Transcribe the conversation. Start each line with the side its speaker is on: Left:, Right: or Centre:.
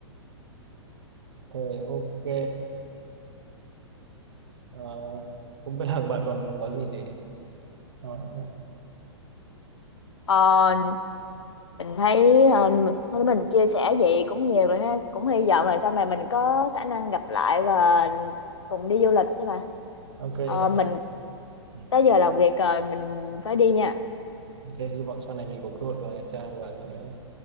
Right: rồi ok ok, Ờ, không biết là bạn còn có gì để nói nữa không?
Left: ờ, mình thấy ờ, mình thấy mình chia sẻ vậy cũng nhiều rồi ha cũng hy vọng là sau này mình có khả năng gặp lại và cùng đi du lịch nha bà
Right: ok
Left: ờ,
Right: ờ,
Left: mình
Right: ừ,
Left: tới giờ làm việc rồi mình phải đi nha
Right: ok hy vọng sau này mình có cơ hội vào Nha Trang và sẽ,